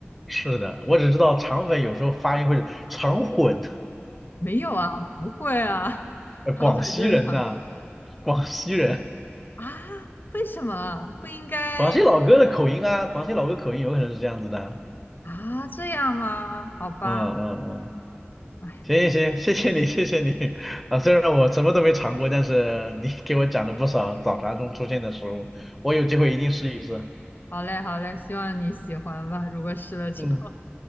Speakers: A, in the centre; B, on the left.
A: 是的，我只知道肠粉有时候发音会肠混，
B: 没有啊，不会啊，
A: 呃广西人呐、
B: 肠粉就是肠
A: 广西人，
B: 啊，为什么不应该
A: 广西老哥的口音啊，广西老哥口音有可能是这样子的。
B: 啊？这样吗？好吧。
A: 嗯嗯嗯，
B: 哎
A: 行行行，谢谢你，谢谢你啊！虽然我什么都没尝过，但是你给我讲了不少早茶中出现的食物，我有机会一定试一试。
B: 好嘞，好嘞，希望你喜欢吧。如果试了之后，
A: 嗯。